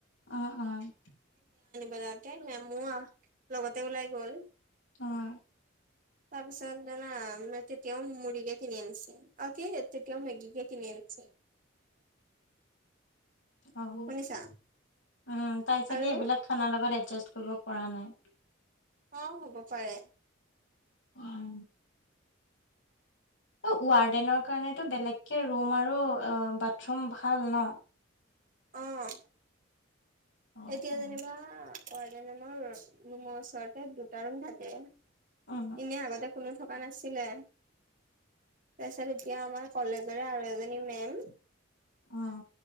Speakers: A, on the left; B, on the right.
A: অ' অ'।
B: উলাওতে মেমো আও লগতে ওলাই গল।
A: উম।
B: তাৰ পিছত জানা তেতিয়াও মুড়িকে কিনি আনিছে আৰু কি তেতিয়াও মেগীকে কিনি আনিছে। <inaudible>
A: আউ,
B: শুনিছা
A: উম তাই চাগে
B: আৰু
A: এইবিলাক খানাৰ লগত এডজা কৰিব পৰা নাই।
B: অ', হ'ব পাৰে।
A: উম, অ', ৱাৰ্ডেনৰ কাৰণেতো বেলেগকে ৰুম আৰু বাথৰুম ভাল ন'।
B: অ'।
A: উম,
B: এতিয়া
A: উম,
B: যেনিবা ৱাডজনৰ ৰুমৰ ওচৰতে দুটা ৰুম থাকে। ইনেই
A: উম,
B: আগতে কোনো, থকা নাছিলে তাৰপিছত এতিয়া আমাৰ কলেজৰে আৰু এজনী মেম,
A: আহ।